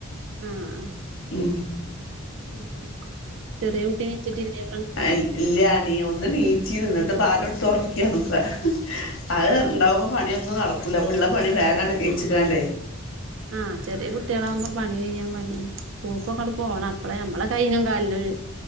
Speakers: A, on the right; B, on the left.
A: ആഹ്
B: മ്
A: ആഹ് ചെറിയെ കൂട്ടി നീ ച് ട്ടില്ലേ
B: ആ ഇല്ല നീ ഒന്ന് നീചീ ന്നു നിന്നിട്ട് ബാലോട്ത്ത തുറക്കിയാണ് ഇപ്പ അത്
A: ആഹ്
B: ഇണ്ടാവുമ്പോ പണിയൊന്നും നടക്കൂല അപ്പ ഉള്ള പണി വേഗമാണ് കച്ചിക്കാണ്ടേ
A: ആ ചെറിയ കുട്ടികളാകുമ്പോ പണി കഴ്യാൻ പണിയന്നെ സ്കൂൾക്കൊക്കെട്ട് പോണം അപ്പളേ നമ്മള കയ്യിനും കടലിനും